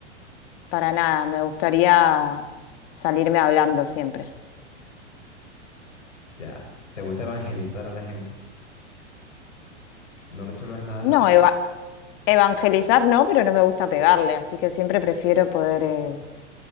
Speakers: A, on the left; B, on the left.
A: para nada. Me gustaría salirme hablando siempre.
B: Ya, ¿te gusta evangelizar a la gente? No resuelves nada
A: No, eva- evangelizar no, pero no me gusta pegarle, así que siempre prefiero poder eh,